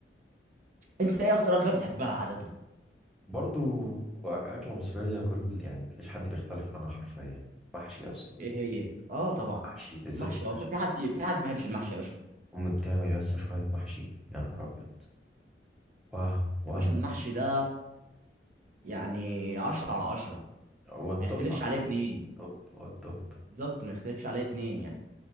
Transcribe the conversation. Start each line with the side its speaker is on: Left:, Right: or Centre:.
Right: انت ايه اكتر اكله بتحبها عاده
Centre: برضو أك- أكلة مصرية كل يعني مفيش حد بيختلف عنها حرفيا محشي أصلا
Right: ايه هي اه طبعا
Centre: محشي بالذات
Right: المحشي
Centre: المحشي
Right: هو في حد في حد ما بيحبش المحشي يا باشا
Centre: أمي بتعمل يس شوية محشي يا نهار أبيض وهم وهم
Right: يا باشا المحشي ده يعني عشرة على عشرة
Centre: هو الطب
Right: ما يختلفش
Centre: عامة،
Right: عليه اتنين
Centre: الطب هو الطب
Right: بالظبط ما يختلفش عليه اتنين يعني